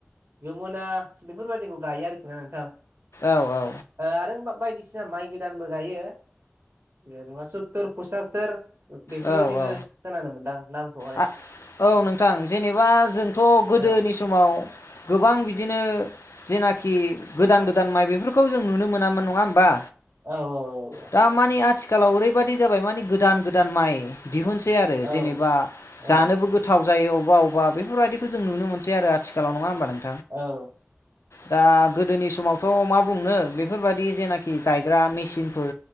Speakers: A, on the right (about 55°); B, on the left (about 85°).
A: जमुना बेफोरबायदिखौ गायो आरोखि ना नोंथां
B: औ औ
A: आरो बायदिसिना बिदिनो माइ गोदानबो गायो जेनेबा सोतोर पसातोर बेफोरबायदिबो
B: औ औ
A: खोनानो मोनदां नामखौहाय।
B: आ औ नोंथां जेनेबा जोंथ' गोदोनि
A: औ
B: समाव गोबां बिदिनो जेनाखि गोदान गोदान माइ बेफोरखौ जों नुनो मोनामोन नङा होमबा?
A: औ औ औ औ
B: दा माने आथिखालाव ओरैबायदि जाबाय माने गोदान गोदान माइ दिहुनसै आरो
A: औ
B: जेनेबा जानोबो
A: औ
B: गोथाव जायो अबेबा अबेबा बेफोरबायदिखौ जों नुनो मोनसै आरो आथिखालाव नङा होमबा नों
A: औ
B: दा गोदोनि समावथ' मा बुंनो बेफोरबायाददि जेनाखि गायग्रा मेसिनफोर